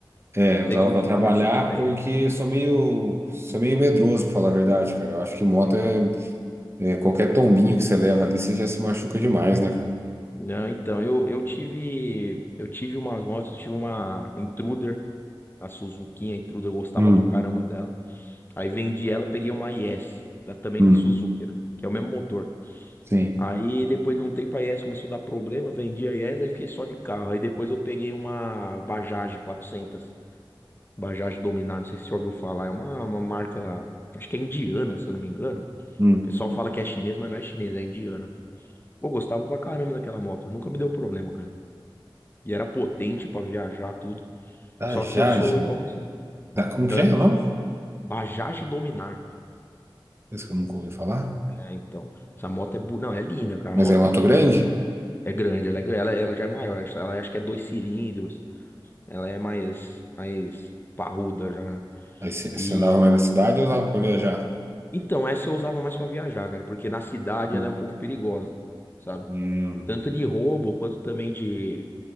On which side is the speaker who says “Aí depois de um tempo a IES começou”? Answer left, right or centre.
Left